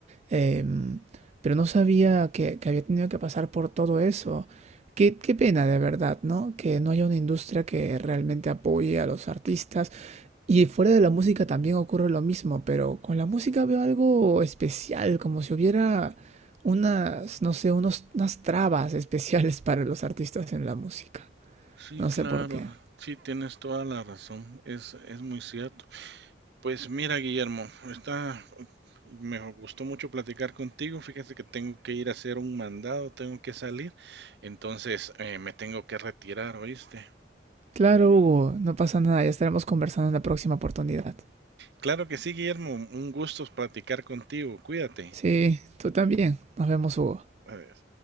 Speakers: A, on the right (about 35°); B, on the right (about 65°).
A: Em, pero no sabía que, que había tenido que pasar por todo eso. Qué, qué pena de verdad, ¿no? Que no haya una industria que realmente apoye a los artistas Y fuera de la música también ocurre lo mismo, pero con la música veo algo especial, como si hubiera unas, no sé, unos, unas trabas especiales <laughs> para los artistas en la música.
B: Sí,
A: No
B: claro,
A: sé por qué.
B: sí, tienes toda la razón, es, es muy cierto. Pues mira, Guillermo, está, me gustó mucho platicar contigo, fíjate que tengo que ir a hacer un mandado, tengo que salir, entonces eh, me tengo que retirar, ¿oíste?
A: Claro, Hugo, no pasa nada, ya estaremos conversando en la próxima oportunidad.
B: Claro que sí, Guillermo, un gusto platicar contigo, cuídate.
A: Sí, tú también. Nos vemos, Hugo.
B: Adiós.